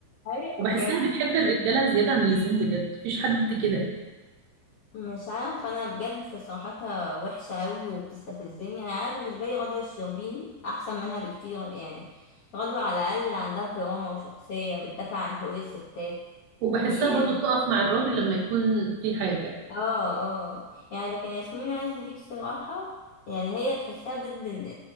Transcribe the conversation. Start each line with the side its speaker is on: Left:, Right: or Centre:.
Left: ايوه
Right: وبحسها
Left: بجد
Right: بتحب الرجاله زياده عن اللزوم بجد مفيش حد كده
Left: مش عارفة أنا بجد تصريحاتها وحشة أوي وبتستفزني أنا أنا بالنسبة لي غدوة الشربيني أحسن منها بكتير يعني غدوة على الأقل عندها كرامة وشخصية بتدافع عن حقوق الستات
Right: وبحسها
Left: دي
Right: برضو بتقف مع الراجل لما يكون في حاجه
Left: اه اه يعني لكن ياسمين عز دي بصراحة يعني هي تحسها ضد الن-